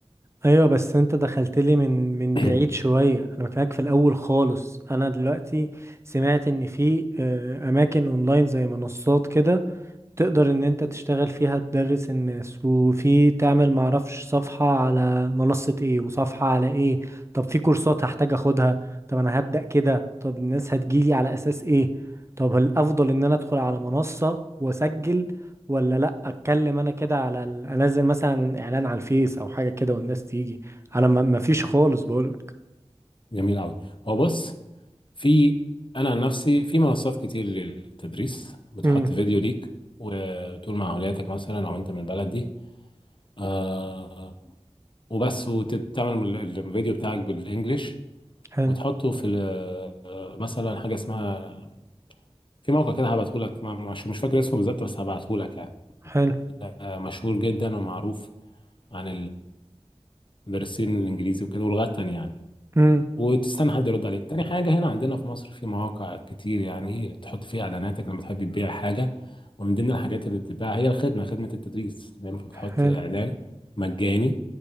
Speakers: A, on the right; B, on the left.
A: ايوه بس انت دخلت لي من من
B: <clears throat>
A: بعيد شوية انا بكلمك في الاول خالص انا دلوقتي سمعت ان في آه، اماكن اونلاين زي منصات كده تقدر ان انت تشتغل فيها تدرس الناس وفي تعمل معرفش صفحة على منصة ايه وصفحة على ايه طب في كورسات هحتاج اخدها طب انا هبدأ كده طب الناس هتجيلي على اساس ايه طب الافضل ان انا ادخل على منصة واسجل ولا لا اتكلم انا كده على ال- انزل مثلا اعلان على الفيس او حاجة كده والناس تيجي انا ما ما فيش خالص بقولك
B: جميل قوي هو بص في انا عن نفسي في منصات كتير للتدريس بتحط
A: امم
B: فيديو ليك وتقول مع اولادك مثلا او انت من البلد دي آه، وبس وتعمل ال- الفيديو بتاعك بالانجلش
A: حلو
B: وتحطه في ال- مثلا حاجه اسمها في موقع كده هبعته لك مش مش فاكر اسمه بالظبط بس هبعته لك يعني
A: حلو
B: آه، مشهور جدا ومعروف عن المدرسين الانجليزي وكده ولغات تانية يعني
A: امم
B: وتستنى حد يرد عليك تاني حاجة هنا عندنا في مصر في مواقع كتير يعني تحط فيها إعلاناتك لما تحب تبيع حاجة ومن ضمن الحاجات اللي بتتباع هي الخدمة خدمة التدريس تمام فبتحط
A: حلو
B: إعلان مجاني